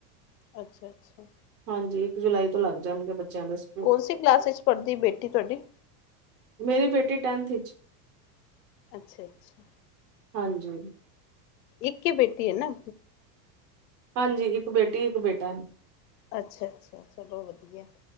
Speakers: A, on the left; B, on the right.
A: ਅੱਛਾ-ਅੱਛਾ।
B: ਹਾਂਜੀ, ਇੱਕ ਜੁਲਾਈ ਤੋਂ ਲੱਗ ਜਾਣਗੇ ਬੱਚਿਆਂ ਦੇ ਸ
A: ਕੌਣਸੀ ਕਲਾਸ ਵਿੱਚ ਪੜ੍ਹਦੀ ਬੇਟੀ ਤੁਹਾਡੀ?
B: ਮੇਰੀ ਬੇਟੀ ਟੈਨਥ ਚ।
A: ਅੱਛਾ-ਅੱਛਾ।
B: ਹਾਂਜੀ।
A: ਇੱਕ ਹੀ ਬੇਟੀ ਹੈ ਨਾ।
B: ਹਾਂਜੀ ਇੱਕ ਬੇਟੀ, ਇੱਕ ਬੇਟਾ ਹੈ।
A: ਅੱਛਾ- ਅੱਛਾ, ਚਲੋ ਵਧੀਆ।